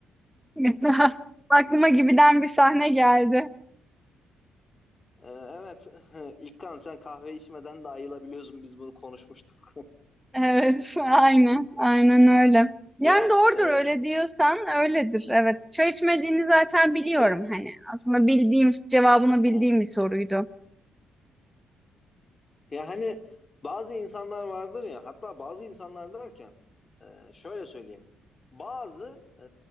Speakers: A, in the centre; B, on the left.
A: <laughs> Aklıma gibiden bir sahne geldi.
B: Ee, Evet, <laughs> İlkan sen kahve içmeden de ayılabiliyorsun. Biz bunu konuşmuştuk.
A: Evet, <laughs> aynen, aynen öyle. Yani
B: Ya
A: doğrudur
B: e,
A: öyle diyorsan öyledir. Evet, çay içmediğini zaten biliyorum
B: ya
A: hani. Aslında bildiğim, cevabını
B: hı.
A: bildiğim bir soruydu.
B: ya hani bazı insanlar vardır ya. Hatta bazı insanlar derken e, şöyle söyleyeyim. Bazı e,